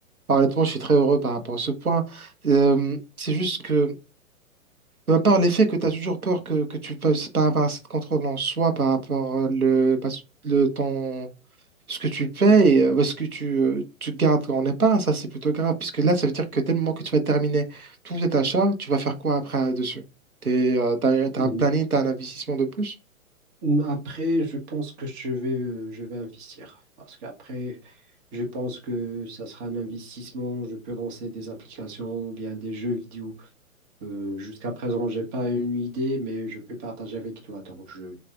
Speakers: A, on the right (about 85°); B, on the right (about 20°).
A: Alors, Honnêtement, je suis très heureux par rapport à ce point. Euh, c'est juste que, de ma part, l'effet que tu as toujours peur que, que tu ne puisses pas avoir assez de contrôle en soi par rapport à le, pas- le temps. ce que tu payes, et, euh, ouais, ce que tu, euh, tu gardes quand on n'est pas, ça c'est plutôt grave, puisque là, ça veut dire que dès le moment que tu vas terminer tout cet achat, tu vas faire quoi après euh, dessus? T'es, euh, t'as, t'as
B: Mhm.
A: un planning, t'as un investissement de plus?
B: Après, je pense que je vais, euh, je vais investir. Parce qu'après, je pense que ça sera un investissement. Je peux lancer des applications ou bien des jeux vidéo. Euh, jusqu'à présent, j'ai pas une idée, mais je peux partager avec toi. Donc, je,